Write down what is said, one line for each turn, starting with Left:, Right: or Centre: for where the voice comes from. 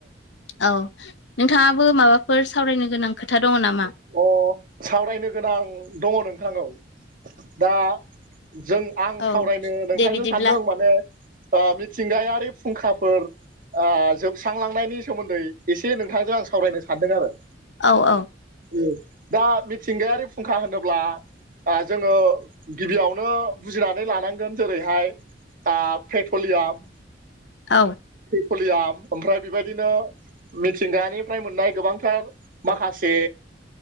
Left: औ नोंथाङाबो माबाफोर सावरायनो गोनां खोथा दङ नामा?
Right: अ सावरायनो गोनां दङ नोंथां औ दा जों आं
Left: औ
Right: सावरायनो नोंथांजों
Left: दे बिदिब्ला
Right: सानदों माने मिथिंगायारि फुंखाफोर जोबस्रांलांनायनि सोमोन्दै एसे नोंथांजों आं सावरायनो सानदों आरो
Left: औ औ।
Right: ए दा मिथिंगायारि फुंखा होनोब्ला जोंङो गिबियावनो बुजिनानै लानांगोन जेरैहाय आ पेट्रलियाम
Left: औ।
Right: पेट्रलियाम ओमफ्राय बेबायदिनो मिथिंगानिफ्राय मोननाय गोबांथार माखासे